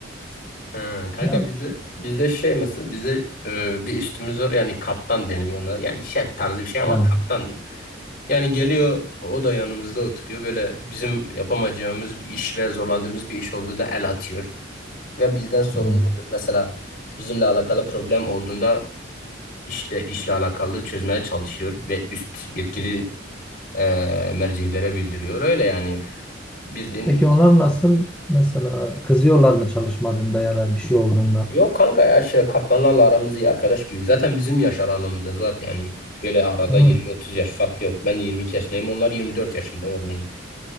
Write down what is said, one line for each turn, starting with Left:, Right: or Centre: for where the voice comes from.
Left: <laughs> He, kanka
Centre: Yani
Left: bizde
Centre: işte.
Left: bizde şey mesela bizde e, bir üstümüz var yani kaptan deniliyor ona. Yani şef tarzı bir şey ama
Centre: Ha.
Left: kaptandır. Yani geliyor o da yanımızda oturuyor. Böyle bizim yapamayacağımız bir iş ve zorlandığımız bir iş olduğunda el atıyor. Ve bizden sorumlu
Centre: Hmm.
Left: oluyor. Mesela bizimle alakalı problem olduğunda işle işle alakalı çözmeye çalışıyor ve üst yetkili e, mercihlere bildiriyor. Öyle yani bildiğin.
Centre: Peki onlar nasıl mesela kızıyorlar mı çalışmadığında ya da bir şey olduğunda?
Left: Yok kanka ya şey kaptanlarla aramız iyi arkadaş gibi. Zaten bizim yaş aralığımızda zaten yani böyle arada
Centre: Hmm.
Left: 20-30 yaş fark yok. Ben 22 yaşındayım onlar 24 yaşında örneğin.